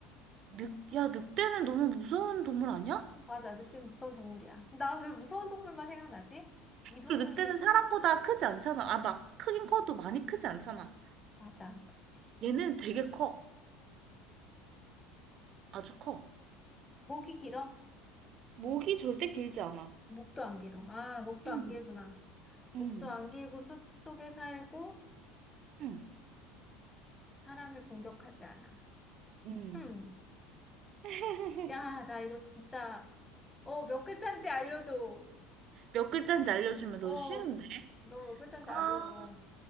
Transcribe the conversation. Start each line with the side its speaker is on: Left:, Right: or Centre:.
Right: 늑, 야, 늑대는 너무 무서운 동물 아니야?
Left: 맞아, 늑대는 무서운 동물이야. 나 왜 무서운 동물만 생각나지? 이 동물이
Right: 그리고 늑대는 사람보다 크지 않잖아. 아, 막, 크긴 커도 많이 크지 않잖아.
Left: 맞아, 그치.
Right: 얘는 되게 커. 아주 커.
Left: 목이 길어?
Right: 목이 절대 길지 않아.
Left: 목도 안 길어. 아, 목도
Right: 응,
Left: 안 길구나. 목도
Right: 응,
Left: 안 길고 숲 속에 살고
Right: 응,
Left: 사람을 공격하지 않아.
Right: 응.
Left: 음.
Right: <laughs>
Left: 야, 나 이거 진짜, 어, 몇 글자인지 알려줘.
Right: 몇 글자인지 알려주면
Left: 어,
Right: 너 쉬운데?
Left: 너 몇 글자인지
Right: 아.
Left: 알려줘.